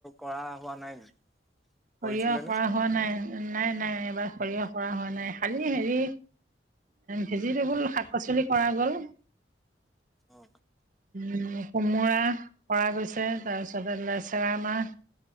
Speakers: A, in the centre; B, on the right (about 45°).
A: কৰা হোৱা নাই কৰিছিলে
B: সৰিয়হ কৰা
A: নে?
B: হোৱা নাই নাই এবাৰ সৰিয়হ কৰা হোৱা নাই খালি হেৰি ভেজিটেবুল শাক-পাচলি কৰা গ'ল,
A: অ।
B: উম কোমোৰা কৰা গৈছে তাৰপিছতে লেচেৰা মাহ